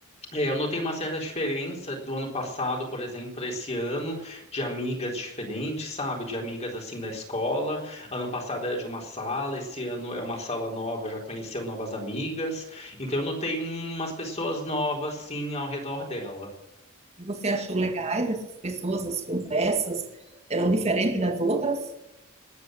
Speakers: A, on the left (about 30°); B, on the right (about 30°).
A: É, eu notei uma certa diferença do ano passado, por exemplo, para esse ano, de amigas diferentes, sabe? De amigas assim da escola. Ano passado era de uma sala, esse ano é uma sala nova, já conheceu novas amigas. Então eu notei umas pessoas novas assim ao redor dela.
B: E você achou legais essas pessoas, as conversas eram diferentes das outras?